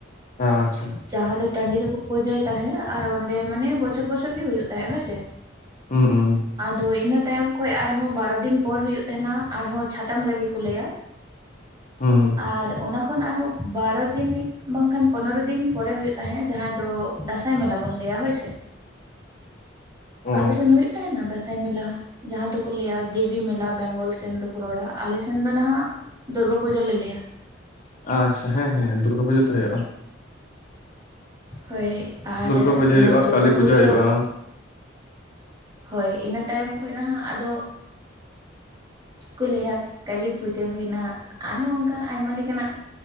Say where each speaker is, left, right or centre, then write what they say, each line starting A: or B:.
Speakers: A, on the left; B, on the right.
A: ᱟᱪᱪᱷᱟ
B: ᱡᱟᱦᱟᱸ ᱫᱚ ᱴᱟᱺᱰᱤ ᱨᱮᱠᱚ ᱯᱩᱡᱟᱹᱭ ᱛᱟᱦᱮᱸᱜ ᱟᱨ ᱚᱸᱰᱮ ᱢᱟᱱᱮ ᱵᱚᱪᱷᱚᱨ ᱵᱚᱪᱷᱚᱨ ᱜᱮ ᱦᱩᱭᱩᱜ ᱛᱟᱦᱮᱸᱜ ᱦᱳᱭᱥᱮ᱾
A: ᱦᱩᱸ ᱦᱩ᱾
B: ᱟᱫᱚ ᱤᱱᱟᱹ ᱛᱟᱭᱚᱢ ᱠᱷᱚᱡ ᱟᱨᱦᱚᱸ ᱵᱟᱨᱚ ᱫᱤᱱ ᱯᱚᱨ ᱦᱩᱭᱩᱜ ᱛᱟᱦᱮᱸᱱᱟ ᱟᱨᱦᱚᱸ ᱪᱷᱟᱛᱟ ᱢᱮᱞᱟ ᱜᱮ ᱠᱚ ᱞᱟᱹᱭᱼᱟ,
A: ᱦᱩᱸ
B: ᱟᱨ ᱚᱱᱟ ᱠᱷᱚᱱ ᱟᱨᱦᱚᱸᱵ ᱵᱟᱨᱚ ᱫᱤᱱᱤᱠ ᱵᱟᱝᱠᱷᱟᱱ ᱯᱚᱸᱫᱽᱨᱚ ᱫᱤᱱ ᱯᱚᱨᱮ ᱦᱩᱭᱩᱜ ᱛᱟᱦᱮᱸᱜ ᱡᱟᱦᱟᱸᱭ ᱫᱚ ᱫᱟᱸᱥᱟᱭ ᱢᱮᱞᱟ ᱵᱚᱱ ᱞᱟᱹᱭᱼᱟ, ᱦᱳᱭ ᱥᱮ᱾
A: ᱚ
B: ᱟᱯᱮᱥᱮᱱ ᱦᱩᱭᱩᱜ ᱛᱟᱦᱮᱸᱱᱟ ᱫᱟᱸᱥᱟᱭ ᱢᱮᱞᱟ ᱡᱟᱦᱟᱸ ᱫᱚᱠᱚ ᱞᱟᱹᱭᱼᱟ ᱫᱮᱵᱤ ᱢᱮᱞᱟ ᱵᱮᱝᱜᱚᱞ ᱥᱮᱱ ᱫᱚᱠᱚ ᱨᱚᱲᱼᱟ, ᱟᱞᱮ ᱥᱮᱱ ᱫᱚ ᱱᱷᱟᱸᱜ ᱫᱩᱨᱜᱟᱹ ᱯᱩᱡᱟᱹ ᱞᱮ ᱞᱟᱹᱭᱼᱟ᱾
A: ᱟᱪᱪᱷᱟ ᱦᱮᱸ ᱦᱮᱸ, ᱫᱩᱨᱜᱟᱹ ᱯᱩᱡᱟᱹ ᱛᱚ ᱦᱩᱭᱩᱜᱼᱟ᱾
B: ᱦᱳᱭ ᱟᱨ
A: ᱫᱩᱨᱜᱟᱹ ᱯᱩᱡᱟᱹ
B: ᱤᱱᱟᱹ
A: ᱦᱩᱭᱩᱜᱼᱟ
B: ᱫᱩᱨᱜᱟᱹ
A: ᱠᱟᱹᱞᱤ
B: ᱯᱩᱡᱟᱹ
A: ᱦᱩᱭᱩᱜᱼᱟ
B: ᱦᱳᱭ ᱤᱱᱟᱹ ᱛᱟᱭᱚᱢ ᱠᱷᱚᱡ ᱱᱷᱟᱸᱜ ᱟᱫᱚ ᱠᱚ ᱞᱟᱹᱭ ᱦᱟ ᱠᱟᱹᱞᱤ ᱯᱩᱡᱟᱹ ᱦᱩᱭ ᱮᱱᱟ ᱦᱟᱸᱜ ᱟᱨᱦᱚᱸ ᱚᱸᱠᱟ ᱟᱭᱢᱟ ᱞᱮᱠᱟᱱᱟᱜ